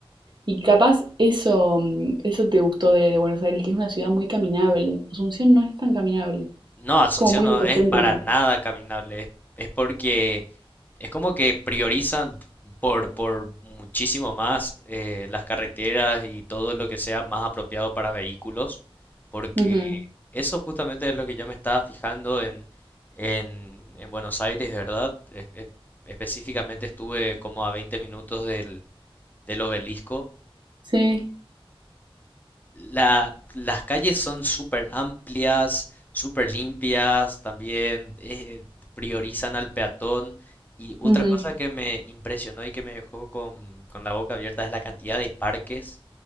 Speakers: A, on the right; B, on the left.
A: Y capaz eso, mm, eso te gustó de, de Buenos Aires, que es una ciudad muy caminable. Asunción no es tan caminable,
B: No, Asunción
A: es como muy
B: no
A: autocéntrica.
B: es para nada caminable, es, es porque Es como que priorizan por, por muchísimo más eh, las carreteras y todo lo que sea más apropiado para vehículos, porque
A: Ujú,
B: eso justamente es lo que yo me estaba fijando en, en, en Buenos Aires, ¿verdad? Es- es- específicamente estuve como a 20 minutos del, del obelisco
A: Sí.
B: la- las calles son súper amplias, súper limpias, también eh, priorizan al peatón. Y otra
A: ujú.
B: cosa que me impresionó y que me dejó con, con la boca abierta es la cantidad de parques,